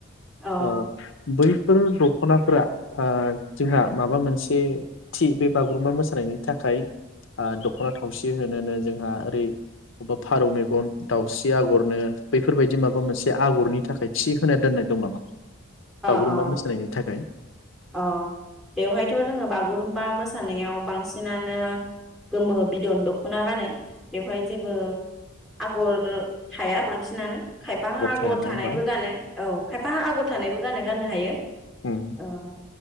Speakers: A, in the centre; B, on the left.
A: औ
B: ओ बैफोर दख'नाफोरा जोंहा माबा मोनसे थि बे बागुरुम्बा मोसानायनि थाखाय ओ दख'ना थावसि होनोनो जोंहा ओरै बबेबा फारौ मेगन दाउस्रि आगरनो बैफोरबायदि माबा मोनसे आगरनि थाखाय थि होना दोननाय दं नामा?
A: अ
B: बागुरुम्बा
A: अ
B: मोसानायनि थाखाय
A: अ बेवहायथ' जोङो बागुरुम बा मोसानायाव बांसिनानो गोमो बिदन दख'ना गानो। बेवहाय जेबो आगर थाया बांसिन नानो खायफा आगर
B: थाया नङा
A: थानायबो
B: होमबा
A: गानो औ खायफा आगर थानायबो गानो गाननो हायो।
B: उम
A: अ